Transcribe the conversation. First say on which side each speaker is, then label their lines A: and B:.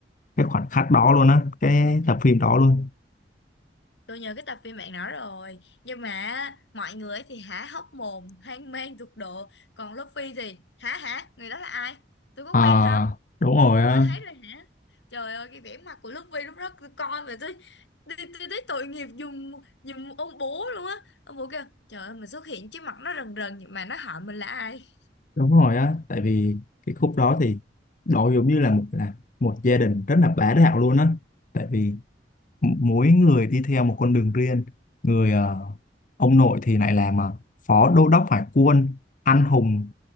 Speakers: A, on the left; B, on the left.
A: cái khoảnh khắc đó luôn á cái tập phim đó luôn
B: Tôi nhớ cái tập phim bạn nói rồi Nhưng mà á, mọi người ấy thì há hốc mồm Hoang mang tột độ Còn Luffy thì hả hả Người đó là ai Tôi có quen
A: à
B: không
A: đúng rồi
B: Tôi
A: á
B: có thấy rồi hả Trời ơi cái vẻ mặt của Luffy lúc đó tôi coi về tôi Tôi, tôi thấy tội nghiệp dùng dùng ông bố luôn á ông bố kêu trời ơi mình xuất hiện trước mặt nó rần rần nhưng mà nó hỏi mình là ai
A: đúng rồi á tại vì cái khúc đó thì đó giống như là một là một gia đình rất là bá đạo luôn á tại vì m- mỗi người đi theo một con đường riêng người ờ, ông nội thì lại làm ờ, phó đô đốc hải quân anh hùng